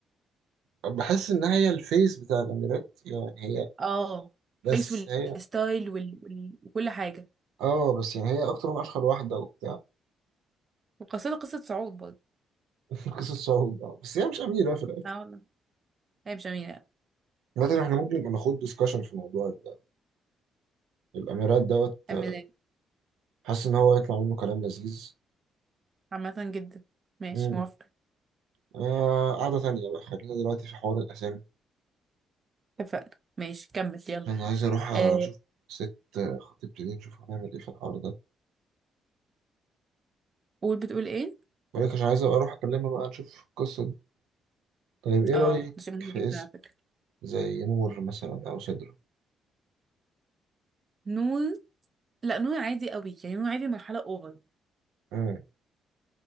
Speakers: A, on the right; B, on the right.
A: بحس إن هي الفيس بتاع الأميرات يعني هي
B: اه
A: بس
B: فيس والستايل
A: هي
B: وال... وال... وكل حاجه
A: اه بس يعني هي أكتر من أشهر واحدة وبتاع
B: وقصتها قصه صعود برضه
A: <laughs> قصة صعود اه بس هي مش أميرة في الأكل
B: لا والله هي مش امينه
A: مثلا احنا ممكن نبقى ناخد ديسكشن في الموضوع ده الأميرات دوت
B: امينه
A: آه، حاسس إن هو يطلع منه كلام لذيذ
B: عامه جدا ماشي
A: امم
B: موافقه
A: آه قعدة تانية بقى خلينا دلوقتي في حوار الأسامي
B: اتفقنا ماشي كمل يلا
A: أنا عايز أروح أشوف
B: آه
A: ست آه، خطيبتي دي نشوف هنعمل إيه في الحوار ده
B: قول بتقول ايه
A: بقولك عشان عايز أبقى أروح أكلمها بقى نشوف القصة دي طيب إيه
B: اه
A: رأيك
B: ده شيء مهم
A: في
B: جدا
A: اسم
B: على فكرة.
A: زي نور مثلا أو سدرة؟
B: نون لا نون عادي قوي يعني نون عادي مرحلة اوفر
A: مم.